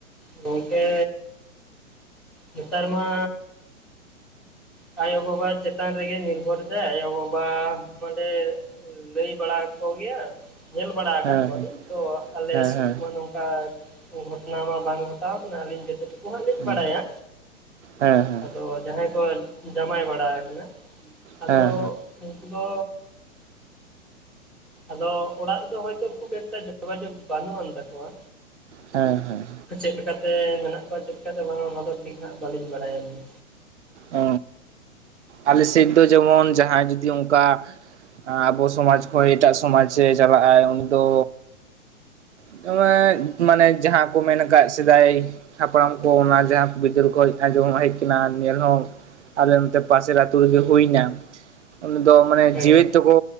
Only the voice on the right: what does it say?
ᱦᱮᱸ
ᱦᱮᱸ
ᱦᱮᱸ
ᱦᱮᱸ
ᱦᱮᱸ
ᱦᱮᱸ
ᱦᱮᱸ ᱦᱮᱸ
ᱚ, ᱟᱞᱮ ᱥᱮᱫ ᱫᱚ ᱡᱮᱢᱚᱱ ᱡᱟᱦᱟᱸᱭ ᱡᱩᱫᱤ ᱚᱱᱠᱟ ᱟᱵᱚ ᱥᱚᱢᱟᱡ ᱠᱷᱚᱡ ᱮᱴᱟᱜ ᱥᱚᱢᱟᱡ ᱥᱮᱜ ᱪᱟᱞᱟᱜᱼ ᱟᱭ ᱩᱱᱤ ᱫᱚ <unintelligible> ᱢᱟᱱᱮ ᱡᱟᱦᱟᱸ ᱠᱚ ᱢᱮᱱ ᱠᱟᱫ ᱥᱮᱫᱟᱭ ᱦᱟᱯᱲᱟᱢ ᱠᱚ ᱚᱱᱟ ᱡᱟᱦᱟᱸ ᱵᱤᱫᱟᱹᱞ ᱠᱷᱚᱡ ᱟᱸᱡᱚᱢ ᱦᱮᱡ ᱠᱟᱱᱟ ᱧᱮᱞ ᱦᱚᱸ ᱟᱞᱮ ᱱᱚᱛᱮ ᱯᱟᱥᱮᱨ ᱟᱛᱳ ᱨᱮᱜᱮ ᱦᱩᱭᱱᱟ ᱩᱱᱤ ᱫᱚ ᱢᱟᱱᱮ
ᱡᱤᱣᱮᱫ ᱛᱮᱠᱚ